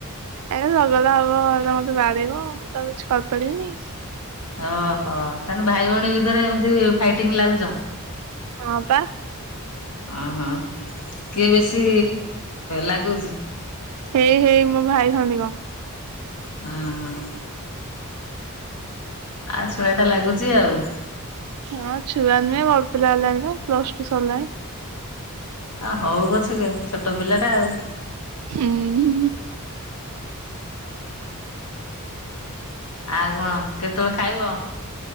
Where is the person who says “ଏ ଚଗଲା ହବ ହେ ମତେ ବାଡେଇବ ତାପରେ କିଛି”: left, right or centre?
Right